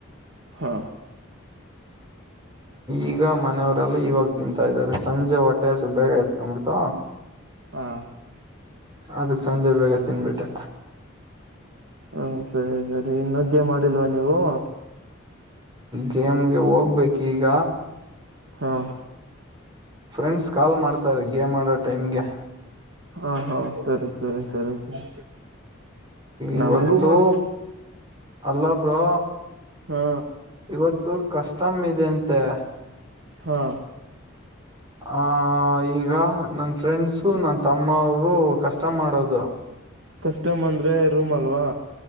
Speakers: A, on the right; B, on the right.
A: ಹಾ
B: ಈಗ ಮನೆಯವರೆಲ್ಲ ಇವಾಗ್ ತಿಂತಾ ಇದ್ದಾರೆ ಸಂಜೆ ಹೊಟ್ಟೆ ಅಸು ಬೇಗ ಆತ್ಕಬಿಡ್ತವ್.
A: ಹಾ
B: ಅದಕ್ ಸಂಜೆ ಬೇಗ ತಿನ್ಬಿಟ್ಟೆ.
A: ಹಾ ಸರಿ ಸರಿ ಇನ್ನೊ ಗೇಮಾಡಿಲ್ವಾ ನೀವು?
B: ಗೇಮ್ಗೆ ಹೋಗ್ಬೇಕ್ ಈಗ.
A: ಹಾ
B: ಫ್ರೆಂಡ್ಸ್ ಕಾಲ್ ಮಾಡ್ತಾರೆ ಗೇಮ್ ಆಡೋ ಟೈಮ್ಗೆ.
A: ಹಾ ಹಾ ಸರಿ ಸರಿ ಸರಿ ಸರಿ.
B: ಇವತ್ತು
A: ನಮಗೂ ಮಾಡ
B: ಅಲ್ಲ ಬ್ರೊ.
A: ಹಾ
B: ಇವತ್ತು ಕಸ್ಟಮ್ ಇದೆಯಂತೆ.
A: ಹಾ
B: ಆ ಈಗ ನನ್ ಫ್ರೆಂಡ್ಸು ನನ್ ತಮ್ಮ ಅವರು ಕಷ್ಟಮ್ ಮಾಡೋದು.
A: ಕಸ್ಟಮ್ ಅಂದ್ರೆ ರೂಮ್ ಅಲ್ವಾ